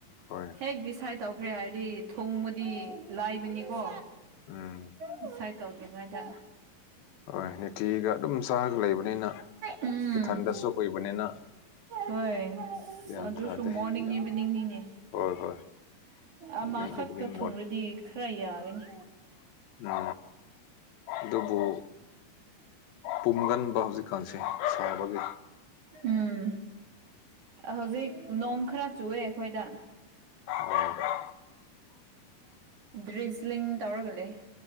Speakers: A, on the left; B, on the right.
A: ꯍꯣꯏ
B: ꯍꯦꯛ ꯗꯤꯁꯥꯏꯠ ꯇꯧꯈ꯭ꯔꯦ ꯍꯥꯏꯔꯗꯤ ꯊ‌ꯣꯡꯕꯗꯤ ꯂꯥꯏꯕꯅꯤꯀꯣ
A: ꯎꯝ
B: ꯗꯤꯁꯥꯏꯇ ꯇꯧꯗ꯭ꯔꯤꯉꯩꯗ
A: ꯍꯣꯏ ꯅꯤꯇꯤꯒꯤ ꯑꯗꯨꯝ ꯆꯥꯔꯒ ꯂꯩꯕꯅꯤꯅ
B: ꯎꯝ
A: ꯏꯊꯟꯗꯁꯨ ꯑꯣꯏꯕꯅꯤꯅ
B: ꯍꯣꯏ
A: ꯒ꯭ꯌꯥꯟ
B: ꯑꯗꯨꯁꯨꯨꯝ
A: ꯇꯥꯗꯦ
B: ꯃꯣꯔꯅꯤꯡ
A: ꯌꯥꯝꯅ
B: ꯏꯚꯤꯅꯤꯡꯅꯤꯅꯦ
A: ꯍꯣꯏ ꯍꯣꯏ ꯃꯣꯔꯅꯤꯡ
B: ꯑꯃ ꯈꯛꯇ
A: ꯏꯚꯤꯅꯤꯡ
B: ꯊꯨꯡꯕꯗꯤ ꯈꯔ ꯌꯥꯒꯅꯤ
A: ꯎ ꯑꯗꯨꯕꯨ ꯄꯨꯝꯒꯟꯕ ꯍꯧꯖꯤꯛꯀꯥꯟꯁꯦ ꯁꯥꯕꯒꯤ
B: ꯎꯝ ꯍꯧꯖꯤꯛ ꯅꯣꯡ ꯈꯔ ꯆꯨꯑꯦ ꯑꯩꯈꯣꯏꯗ
A: ꯑꯥ
B: ꯗ꯭ꯔꯤꯖꯂꯤꯡ ꯇꯧꯔꯒ ꯂꯩ